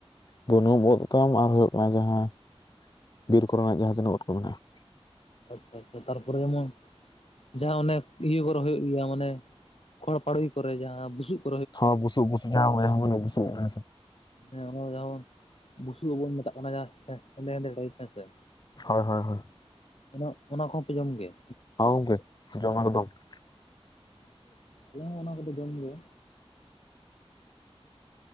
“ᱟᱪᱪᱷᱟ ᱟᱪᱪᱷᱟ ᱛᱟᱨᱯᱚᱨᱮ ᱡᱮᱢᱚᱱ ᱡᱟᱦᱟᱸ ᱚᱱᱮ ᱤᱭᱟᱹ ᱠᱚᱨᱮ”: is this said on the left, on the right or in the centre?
Left